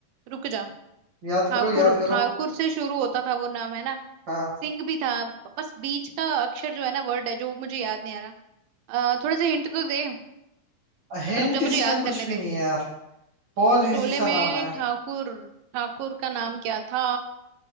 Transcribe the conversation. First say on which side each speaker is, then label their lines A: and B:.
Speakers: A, on the right (about 80°); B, on the right (about 40°).
A: रुक जा
B: याद
A: ठाकुर
B: करो याद करो
A: ठाकुर से शुरू होता था वो नाम है ना
B: हाँ
A: सिंह भी था बस बीच का अक्षर जो है ना वर्ड है जो वो मुझे याद नहीं आ रहा अ, थोड़ा सा हिंट तो दे
B: हिंट
A: रुक जा
B: इसमें
A: मुझे याद
B: कुछ
A: करने
B: भी
A: दे
B: नहीं है यार बहुत
A: शोले
B: इजी सा
A: में
B: नाम है
A: ठाकुर ठाकुर का नाम क्या था